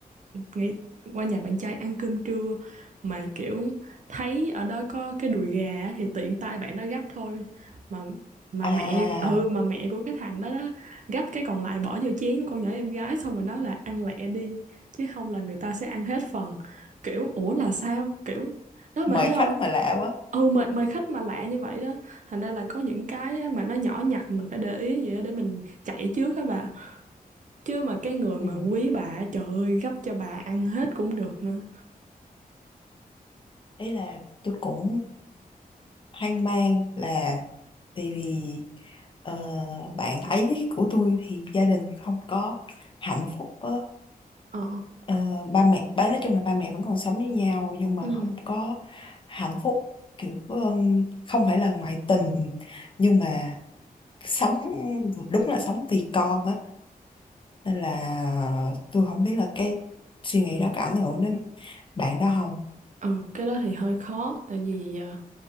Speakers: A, on the right; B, on the left.
A: nghĩ qua nhà bạn trai ăn cơm trưa mà kiểu thấy ở đó có cái đùi gà á, thì tiện tay bạn đó gắp thôi mà mà
B: à,
A: mẹ ừ mà mẹ của cái thằng đó đó gắp cái còn lại bỏ vô chén của con nhỏ em gái xong rồi nói là ăn lẹ đi chứ không là người ta sẽ ăn hết phần kiểu ủa là sao kiểu đó bạn
B: mời
A: thấy
B: khách
A: không
B: mà lạ quá.
A: ừ mời mời khách mà lạ như vậy đó thành ra là có những cái á mà nó nhỏ nhặt mình phải để ý vậy á để mình chạy trước á bà chứ mà cái người
B: Ừ.
A: mà quý bà trời ơi gấp cho bà ăn hết cũng được nữa
B: Ý là tôi cũng hoang mang là tại vì ờ, bạn ấy của tôi thì gia đình không có hạnh phúc á.
A: ờ
B: Ờ, ba mẹ, ba nói chung là ba mẹ vẫn còn sống với nhau nhưng mà
A: Ừ.
B: không có hạnh phúc kiểu um, không phải là ngoại tình nhưng mà sống đúng là sống vì con á nên là tôi không biết là cái suy nghĩ đó có ảnh hưởng đến bạn đó không
A: ừ cái đó thì hơi khó tại vì ờ,